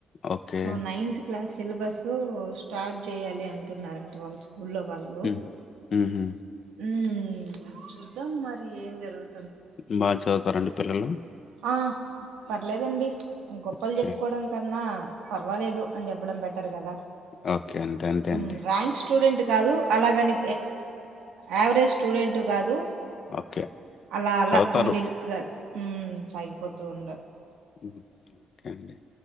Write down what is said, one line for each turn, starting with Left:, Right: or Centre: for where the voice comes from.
Left: okay.
Right: So ninth class syllabus start చేయ్యాలి అంటున్నారంట వాళ్ళు స్కూల్లో వాళ్ళు
Left: హ్మ్. హుహు.
Right: హ్మ్ హ్మ్ చూద్దాం మరి ఏం జరుగు
Left: బా చద్ తారండి పిల్లలు
Right: ఆ పర్లేదండి గొప్పలు
Left: ఓకే.
Right: చెప్పుకోవడం కన్నా పర్వాలేదు అని చెప్పడం బెటర్ కదా
Left: ఓకే అంతే అంతే
Right: హ్మ్.
Left: అండి
Right: ర్యాంక్ స్టూడెంట్ కాదు అలాగని యావరేజ్ స్టూడెంటు కాదు
Left: ఓకే.
Right: అలా అలా
Left: చదువుతారు.
Right: మిడిల్ గల్ హ్మ్ సాగిపోతూండ
Left: హ్మ్ ఓకే అండి